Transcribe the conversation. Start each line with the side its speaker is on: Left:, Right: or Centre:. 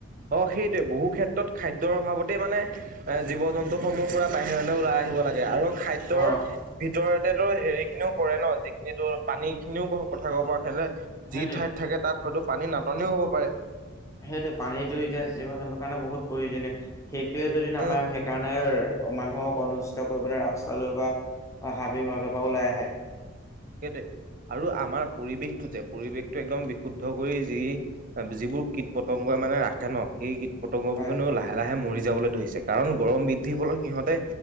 Right: অ', সেইটোৱে। বহু ক্ষেত্ৰত খাদ্যৰ অভাৱতেই মানে এ জীৱ-জন্তুসমূহ পুৰা বাহিৰ লে ওলাই আহিব লাগে আৰু খাদ্যৰ
Left: অ
Right: ভিতৰতেটো হেৰি খিনিও পৰে ন। যিখিনি তোৰ পানী খিনিও কথা ক'ব পাৰোঁ <unintelligible>
Left: সেইটোৱে
Right: যি ঠাইত থাকে তাত হয়তো পানীৰ নাটনিও হ'ব পাৰে।
Left: সেইটোৱে। পানীটো এতিয়া জীৱ-জন্তুৰ কাৰণে বহুত প্ৰয়োজনীয়। সেইটোৱে যদি নাপায়
Right: উম
Left: সেইকাৰণে মানুহক অনিষ্ট কৰিবলৈ ৰাস্ত স্তালৈ বা হাবিৰ মাজৰ পৰা ওলাই আহে।
Right: সেইটোৱে। আৰু আমাৰ পৰিৱেশটো যে। পৰিৱেশটো একদম বিশুদ্ধ কৰি যি যিবোৰ কীট-পতংগই মানে ৰাখে ন, সেই কীট পতংগবোৰ
Left: হয়।
Right: কিন্তু লাহে-লাহে মৰি যাবলে ধৰিছে, কাৰণ গৰম বৃদ্ধিৰ ফলত সিহঁতে